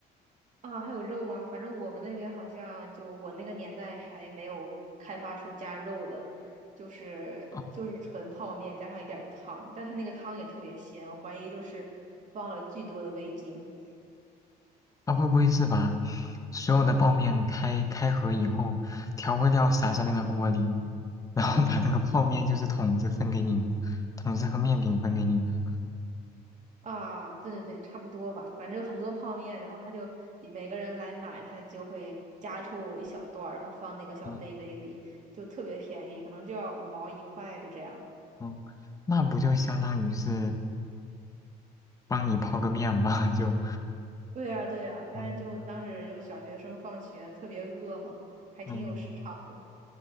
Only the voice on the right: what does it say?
啊，还有肉吗？反正我们那边好像就我那个年代还没有开发出加肉的，就是就是纯泡面加上一点儿汤，
但它那个汤也特别鲜，我怀疑就是放了巨多的味精
啊。对对对，差不多吧，反正很多泡面，然后他就每个人来买，他就会夹出一小段儿，然后放那个小杯杯里，
就特别便宜，可能就要五毛一块，就这样。
对呀，对呀，但就当时就小学生放学特别饿嘛，
还挺有市场的。